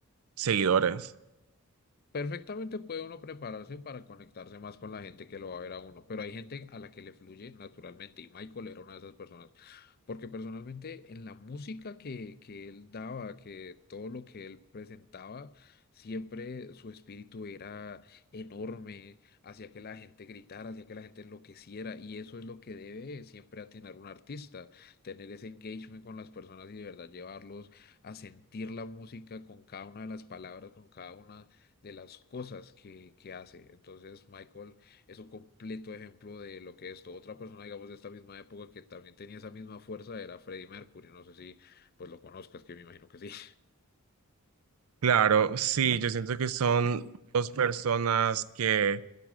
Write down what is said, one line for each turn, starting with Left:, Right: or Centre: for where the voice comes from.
Right: seguidores.
Left: Perfectamente puede uno prepararse para conectarse más con la gente que lo va a ver a uno, pero hay gente a la que le fluye naturalmente y Michael era una de esas personas, porque personalmente en la música que, que él daba, que todo lo que él presentaba, siempre su espíritu era enorme, hacía que la gente gritara, hacía que la gente enloqueciera y eso es lo que debe siempre atinar un artista, tener ese engagement con las personas y de verdad llevarlos a sentir la música con cada una de las palabras, con cada una de las cosas que, que hace. Entonces, Michael es un completo ejemplo de lo que es esto. Otra persona, digamos, de esta misma época que también tenía esa misma fuerza era Freddie Mercury. No sé si pues lo conozcas, que me imagino que sí. <laughs>
Right: Claro, sí, yo siento que son dos personas que